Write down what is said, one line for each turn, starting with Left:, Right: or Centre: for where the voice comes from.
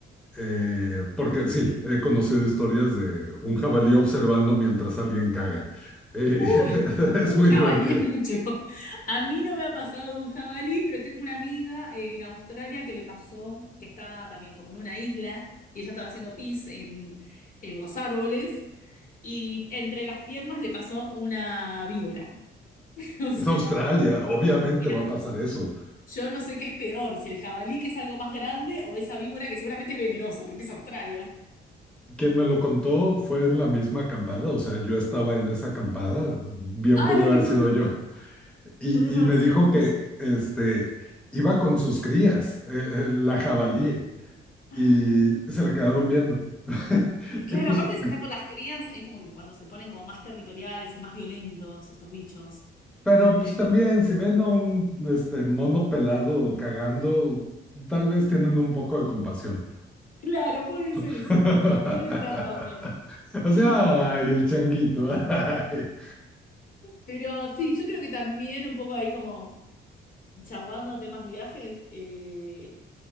Centre: Eh, porque sí, he conocido historias de un jabalí observando mientras alguien caga. Eh,
Left: Un,
Centre: <laughs> es
Left: un
Centre: muy
Left: jabalí
Centre: divertido.
Left: es mucho. A mí no me ha pasado un jabalí, pero tengo una amiga eh, en Australia que le pasó, que estaba también como en una isla y ella estaba haciendo pis en, en los árboles y entre las piernas le pasó una víbora. <laughs> O sea,
Centre: Es Australia, obviamente
Left: y nada.
Centre: va a pasar eso.
Left: Yo no sé qué es peor, si el jabalí que es algo más grande o esa víbora que seguramente es venenosa porque es Australia.
Centre: Quien me lo contó fue en la misma acampada, o sea, yo estaba en esa acampada, bien
Left: Ah,
Centre: pude
Left: no,
Centre: haber
Left: me muero.
Centre: sido yo. Y,
Left: Podrías
Centre: y
Left: haber
Centre: me
Left: sido
Centre: dijo
Left: vos.
Centre: que este, iba con sus crías, eh, eh, la jabalí,
Left: Ay.
Centre: y se le quedaron viendo. <laughs>
Left: Claro,
Centre: Y pues
Left: aparte si está con las crías, es como que cuando se ponen como más territoriales y más violentos estos bichos.
Centre: Pero
Left: Eh,
Centre: pues también, si ven a un este, mono pelado cagando, tal vez tienen un poco de compasión.
Left: claro, puede ser
Centre: <laughs>
Left: eso. Puede ser también.
Centre: O
Left: Eh,
Centre: sea, ay, el changuito. <laughs> ay.
Left: pero sí, yo creo que también un poco ahí como charlando de temas viajes. eh,